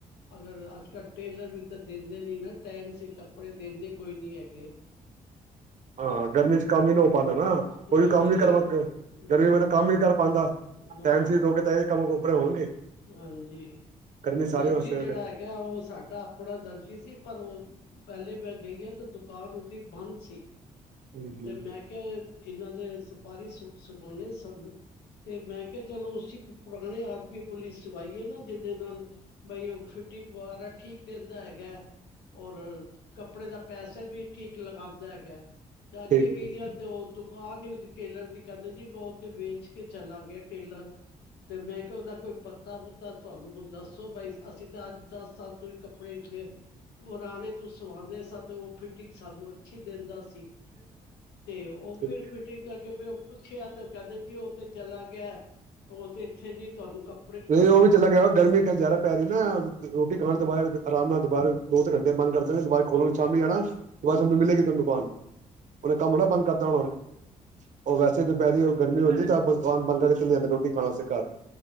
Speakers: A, on the left; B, on the right.
A: ਅਗਰ ਅੱਜ ਕੱਲ੍ਹ ਟੇਲਰ ਵੀ ਤਾਂ ਦਿੰਦੇ ਨੀ ਨਾ ਟਾਈਮ ਸਿਰ ਕੱਪੜੇ ਦਿੰਦੇ ਕੋਈ ਨੀ ਹੈਗੇ
B: ਹਾਂ, ਗਰਮੀ ਚ ਕੰਮ ਹੀ ਨਾ ਪਾਂਦਾ ਨਾ
A: ਨਹੀਂ
B: ਉਹ ਵੀ ਕੰਮ
A: ਜੀ
B: ਵੀ
A: ਨਹੀਂ
B: <unintelligible> ਕੰਮ
A: ਨਾ ਦਸ
B: ਵੀ ਕਰ <unintelligible> ਟਾਈਮ
A: ਨਾ
B: ਸੀ ਦੋ ਕੰਮ <unintelligible> ਕੱਪੜੇ ਹੋਣਗੇ
A: ਹਾਂਜੀ
B: ਗਰਮੀ ਸਾਰਿਆਂ
A: ਦਰਜੀ
B: ਵਾਸਤੇ
A: ਜਿਹੜਾ ਹੈਗਾ ਉਹ ਘਾਟਾ ਆਪਣਾ ਦਰਜੀ ਸੀ ਪਰ ਉਹ ਪਹਿਲੇ ਮੈਂ ਗਈ ਆ ਤੇ ਦੁਕਾਨ ਉਹਦੀ ਬੰਦ ਸੀ
B: ਹੂੰ ਹੂੰ
A: ਤੇ ਮੈਂ ਕਿਹਾ ਇਹਨਾਂ ਦੇ ਸੁਪਾਰੀ ਸੂਟ ਸਮਾਣੇ ਸਭ ਨੇ ਤੇ ਮੈਂ ਕਿਹਾ ਚਲੋ ਉਸ <unintelligible> ਪੁਲੀ ਸਵਾਈਏ ਨਾ ਜਿਹਦੇ ਨਾਲ ਬਈ ਉਹ ਫਿਟਿੰਗ ਵਗੈਰਾ ਠੀਕ ਦਿੰਦਾ ਹੈਗਾ ਔਰ ਕੱਪੜੇ ਦਾ ਪੈਸਾ ਪੈਸੇ ਵੀ ਠੀਕ ਲਗਾਂਦਾ ਹੈਗਾ ਤੇ ਅੱਗੇ
B: ਠੀਕ
A: ਗਈਆਂ
B: ਠੀਕ
A: ਤੇ ਉ ਆ ਨੀ ਉਹਦੀ ਟੇਲਰ ਦੀ ਕਹਿੰਦੇ ਜੀ ਮੈਂ ਉ ਤੇ ਵੇਚ ਕੇ ਚਲਾ ਗਿਆ ਟੇਲਰ ਤੇ ਮੈਂ ਕਿਹਾ ਉਹਦਾ ਕੋਈ ਪੱਤਾ ਪੁੱਤਾ ਤੁਹਾਨੂੰ ਦੱਸੋ ਬਾਈ ਅਸੀਂ ਤਾਂ ਅੱਜ ਦਸ ਚਾਲ ਤੋਂ ਵੀ ਕੱਪੜੇ <unintelligible> ਪੁਰਾਣੇ ਤੂੰ ਸਵਾਦੇ ਸਾ ਤੇ ਉਹ ਫਿਟਿੰਗ ਸਾਨੂੰ ਅੱਛੀ ਦਿੰਦਾ ਸੀ ਤੇ ਉਹ
B: ਠੀਕ
A: ਫਿਰ ਫਿਟਿੰਗ ਕਰਕੇ ਫਿਰ ਪੁੱਛਿਆ ਤੇ ਉਹ ਕਹਿੰਦੇ ਜੀ ਉਹ ਤੇ ਚਲਾ ਗਿਆ ਉਹ ਤੇ ਇੱਥੇ ਦੀ ਤੁਹਾਨੂੰ ਕੱ
B: ਨਹੀਂ ਉਹ ਵੀ ਚਲਾ ਗਿਆ ਗਰਮੀ ਜ਼ਿਆਦਾ ਪੈ ਰਹੀ ਨਾ ਰੋਟੀ ਖਾਣ ਤੋਂ ਬਾਅਦ ਆਰਾਮ ਨਾਲ ਦੁਬਾਰਾ ਦੋ ਤਿੰਨ ਘੰਟੇ ਬੰਦ ਕਰਦੇ ਦੁਬਾਰਾ ਖੋਲੋਗੇ ਸ਼ਾਮੀ ਜਾਣਾ ਦੁਬਾਰਾ ਸ਼ਾਮ ਨੂੰ ਮਿਲੇਗੀ ਤੁਹਾਨੂੰ ਦੁਕਾਨ ਉਹਨੇ ਕੰਮ ਥੋੜਾ ਨਾ ਬੰਦ ਕਰਤਾ ਹੋਣਾ ਉਹ ਵੈਸੇ ਦੁਪਹਿਰੀ ਗਰਮੀ ਹੁੰਦੀ ਤਾਂ ਦੁਕਾਨ ਬੰਦ ਕਰਕੇ ਚਲੇ ਜਾਂਦੇ ਰੋਟੀ ਖਾਣ ਵਾਸਤੇ ਘਰ